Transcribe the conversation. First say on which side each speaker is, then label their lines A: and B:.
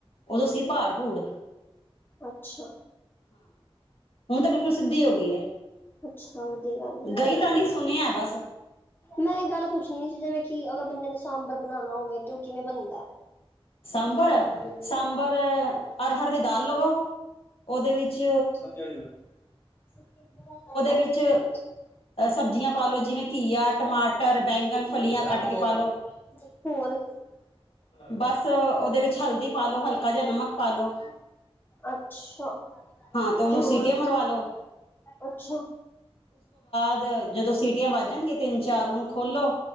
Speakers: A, on the left; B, on the left.
A: ਉਦੋਂ ਸੀ ਪਾੜ-ਪੂੜ।
B: ਅੱਛਾ।
A: ਹੁਣ ਤਾਂ ਬਿਲਕੁਲ ਸਿੱਧੀ ਹੋ ਗਈ ਹੈ।
B: ਅੱਛਾ ਵਧੀਆ ਗੱਲ ਏ।
A: ਗਈ ਤਾਂ ਨਹੀਂ ਸੁਣਿਆ ਬਸ
B: ਮੈਂ ਇਕ ਗੱਲ ਪੁੱਛਣੀ ਸੀ ਜਿਵੇਂ ਕਿ ਅਗਰ ਬੰਦੇ ਨੇ ਸਾਂਭਰ ਬਣਾਣਾ ਹੋਵੇ 'ਤੇ ਓ ਕਿਵੇਂ ਬਣਦਾ ਐ?
A: ਸਾਂਬਰ, ਸਾਂਬਰ ਅਰ ਹਰ ਦੀ ਦਾਲ ਲਵੋ, ਉਦੇ ਵਿੱਚ
B: <inaudible>
A: ਵਿੱਚ ਸਬਜ਼ੀਆਂ ਪਾ ਲਓ ਜਿਵੇਂ ਘੀਆ ਟਮਾਟਰ ਬੈਂਗਣ ਫਲੀਆਂ
B: <inaudible>
A: ਕੱਟ ਕੇ ਪਾ ਲਓ।
B: ਹੋਰ? <inaudible>
A: ਬਸ ਉਹਦੇ ਵਿੱਚ ਹਲਦੀ ਪਾ ਲੋ ਹਲਕਾ ਜਿਹਾ ਨਮਕ ਪਾ ਲੋ
B: ਅੱਛਾ
A: ਹਾਂ ਤਾਂ ਉਹਨੂੰ
B: 'ਤੇ ਹੋਰ?
A: ਸੀਟੀਆਂ ਮਰਵਾ ਲੋ
B: ਅੱਛਾ!
A: ਬਾਦ ਜਦੋਂ ਸੀਟੀਆਂ ਵਾ ਜਾਣਗੀਆ ਤਿੰਨ-ਚਾਰ ਉਨੂੰ ਖੋਲੋ